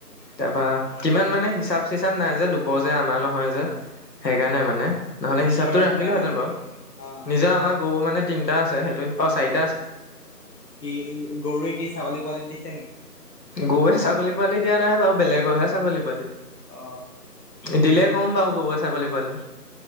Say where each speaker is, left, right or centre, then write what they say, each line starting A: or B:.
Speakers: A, on the left; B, on the left.
A: তাৰপা কিমান মানে হিচাপ চিচাপ নাই যে লোকৰ যে আম জমা নহয় যে
B: অ
A: সেইকাৰণে মানে,
B: অ
A: নহলে
B: নিজৰ
A: হিচাপটো ৰাখিলো
B: মানে
A: হেঁতেন বাৰু।
B: অ
A: নিজৰ আমাৰ গৰু মানে তিনিটা আছে সেইটো অ চাৰি
B: কি গৰুৱে কি ছাগলী পোৱালী দিছে নেকি?
A: গৰুৱে ছাগলী পোৱালি দিয়া নাই বাৰু, বেলেগৰহে ছাগলী পোৱালী।
B: অহ।
A: দিলে ক'ম বাৰু গৰুৰে ছাগলী পোৱালি